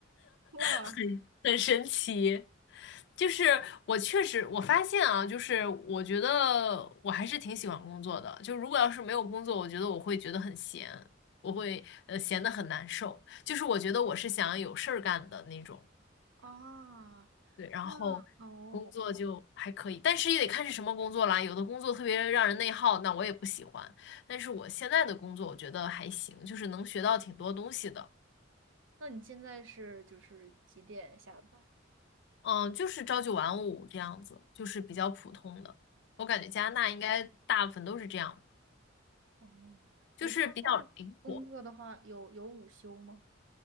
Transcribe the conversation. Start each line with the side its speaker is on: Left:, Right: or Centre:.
Right: 哇
Left: <laughs> 很很神奇。就是我确实，我发现啊，就是我觉得我还是挺喜欢工作的。就如果要是没有工作，我觉得我会觉得很闲，我会呃闲得很难受。就是我觉得我是想要有事儿干的那种。
Right: 啊，
Left: 对，然后工作就还可以，
Right: 那哦，
Left: 但是也得看是什么工作啦。有的工作特别让人内耗，那我也不喜欢。但是我现在的工作我觉得还行，就是能学到挺多东西的。
Right: 那你现在是就是几点下班？
Left: 嗯，就是朝九晚五这样子，就是比较普通的。我感觉加拿大应该大部分都是这样吧，
Right: 哦，
Left: 就是比较灵活。
Right: 哎，这样在工作的话，有有午休吗？